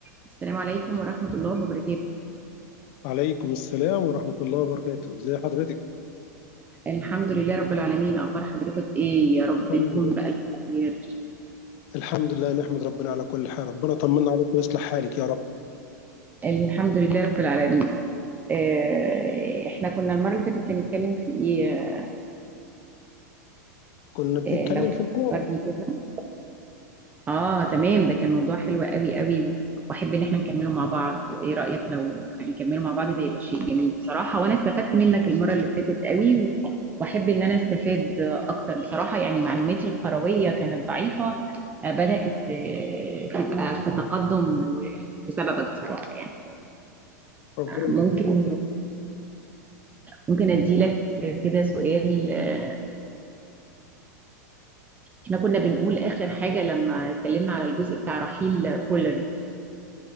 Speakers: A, on the right; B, on the left.
A: السلام عليكم ورحمة الله وبركاته
B: عليكم السلام ورحمة الله وبركاته ازي حضرتك
A: الحمد لله رب العالمين أخبار حضرتك إيه يا رب
B: الحمد
A: تكون
B: لله
A: بألف خير
B: الحمد لله نحمد ربنا على كل حال ربنا طمنا عليك ويصلح حالك يا رب
A: الحمد لله رب العالمين آه، إحنا كنا المرة اللي فاتت بنتكلم في إيه
B: كنا بنتكلم
A: آه، لو تفكرني
B: في الكورة
A: كده اه تمام ده كان موضوع حلو قوي قوي واحب ان احنا نكمله مع بعض ايه رأيك لو هنكمله مع بعض ده يبقى شيء جميل بصراحة وانا استفدت منك المرة اللي فاتت قوي و- واحب ان انا استفاد اكتر بصراحة يعني معلوماتي القروية كانت ضعيفة آه، بدأت آه، تبقى في تقدم و- بسببك بصراحة
B: ربنا
A: فممكن
B: يجزيك.
A: ممكن اديلك كده سؤال آه، احنا كنا بنقول اخر حاجة لما اتكلمنا على الجزء بتاع رحيل كولر